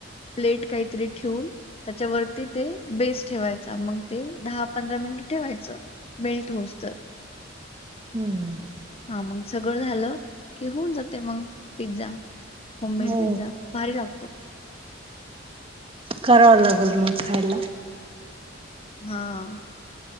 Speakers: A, on the left; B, on the right.
A: प्लेट काहीतरी ठेवून त्याच्या वरती ते बेस ठेवायचा. मग ते दहा -पंधरा मिनिट ठेवायचं. मेल्ट होऊस्तर.
B: हम्म.
A: हा मग सगळं झालं की, होऊन जातय मग, पिझ्झा. होम मेड
B: हो
A: पिझ्झा. भारी लागतो.
B: कराव लागल मग खायला.
A: हा.